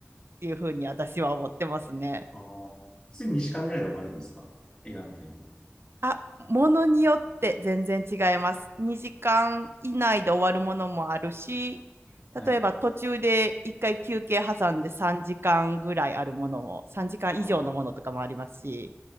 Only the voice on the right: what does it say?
ていうふうに私は思ってますね。
あ、ものによって全然違います。2時間以内で終わるものもあるし、
例えば途中で1回休憩挟んで3時間ぐらいあるものも、3時間以上のものとかもありますし、